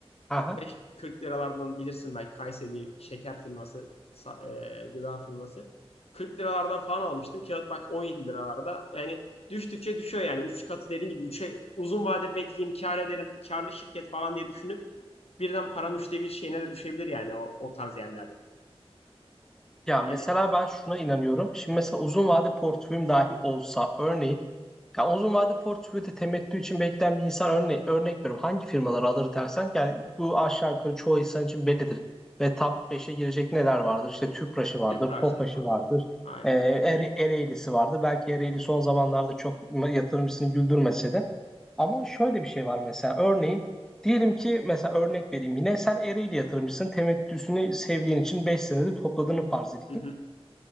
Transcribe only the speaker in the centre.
Aha.
Ya mesela
ben şuna inanıyorum. Şimdi mesela uzun vade portföyüm dahi olsa örneğin ya uzun vade portföyde temettü için bekleyen bir insan örne örnek veriyorum. Hangi firmaları alır dersen yani bu aşağı yukarı çoğu insan için bellidir. Ve top 5'e girecek neler vardır? İşte Tüpraş'ı vardır,
Tofaş'ı
vardır,
e, Ere- Ereğli'si vardır. Belki Ereğli son zamanlarda çok yatırımcısını güldürmese de. Ama şöyle bir şey var mesela örneğin Diyelim ki mesela örnek vereyim yine sen Ereğli yatırımcısın temettüsünü sevdiğin için 5 senede topladığını farz edeyim.